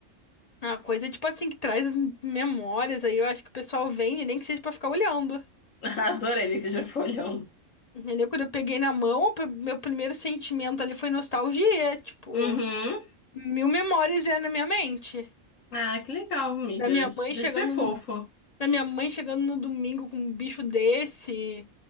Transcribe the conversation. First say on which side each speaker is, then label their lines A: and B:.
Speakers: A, on the left; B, on the left.
A: Uma coisa tipo assim que traz as memórias aí. Eu acho que o pessoal vende, nem que seja pra ficar olhando.
B: <laughs> Adorei né, que você já foi olhando.
A: Entendeu? Quando eu peguei na mão, o pr- meu primeiro sentimento ali foi nostalgia, tipo,
B: Uhum.
A: mil memórias vieram na minha mente.
B: Ah, que legal, amiga.
A: Da minha
B: Você
A: mãe chegando
B: é super fofo.
A: no, da minha mãe chegando no domingo com um bicho desse.